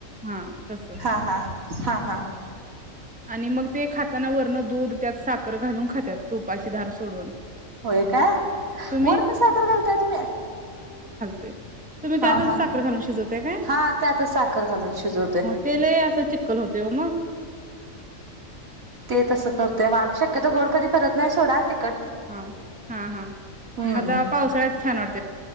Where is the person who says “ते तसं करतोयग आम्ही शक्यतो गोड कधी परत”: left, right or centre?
Right